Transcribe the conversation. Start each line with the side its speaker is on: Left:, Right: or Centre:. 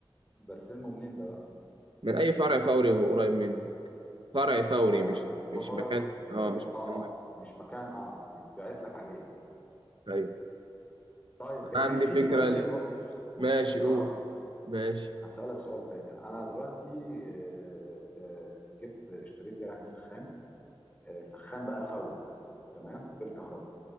Left: بستلمه منين ده بقى؟
Right: من أي فرع فوري قريب منك فرع فوري
Left: اه
Right: مش
Left: يعني بيفرو
Right: مش
Left: فوري
Right: مكان اه
Left: يا- اه
Right: مش مكان مكان
Left: اه مش مكان اه يتبعت لك عليه يعني
Right: أيوة
Left: طيب جميل
Right: عندي
Left: في
Right: فكرة
Left: سؤال
Right: ليك
Left: تاني برضه بخصوص
Right: ماشي
Left: بخصوص الكهرباء
Right: قول ماشي
Left: هسألك سؤال تاني أنا دلوقتي آه، آه، جبت اشتريت يعني سخان آه، سخان بقى فوري تمام بالكهرباء